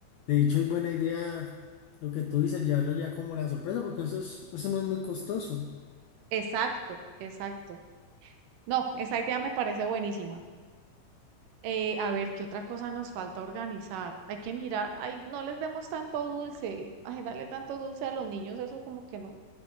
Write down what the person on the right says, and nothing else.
Exacto, exacto. No, esa idea me parece buenísima. Eh, a ver, ¿qué otra cosa nos falta organizar? Hay que mirar, ay, no les demos tanto dulce, ay, darle tanto dulce a los niños, eso como que no,